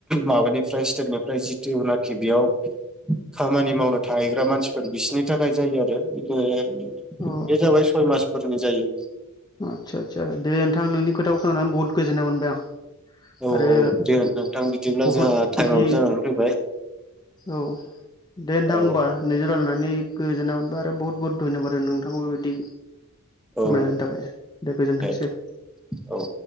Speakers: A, in the centre; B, on the left.
A: माबानिफ्राय स्टेटनिफ्राय जितुनाखि बेयाव खामानि मावनो थाहैग्रा मानसिफोर बिसोरनि थाखाय जायो आरो बि बे
B: अ
A: जाबाय सय मास फोरोंनाय जायो।
B: आतसा सा दे नोंथांनोंनि खोथाखौ खोनानानै बहुद गोजोन्नाय मोनबाय आं।
A: औ
B: आरो
A: औ दे नोंथां बिदिब्ला
B: बहुद
A: जोंहा टाइमाबो
B: बिदि
A: जानानै फैबाय
B: औ दे नोंथां
A: औ
B: होमबा नोंजों रायलायनानै गोजोन्नाय मोनबाय आरो बहुत बुहुत धन्यबाद आरो नोंथांखौ बेबायदि
A: औ
B: फोरमान होनायनि थाखाय। गोजोनथोंसै।
A: दे औ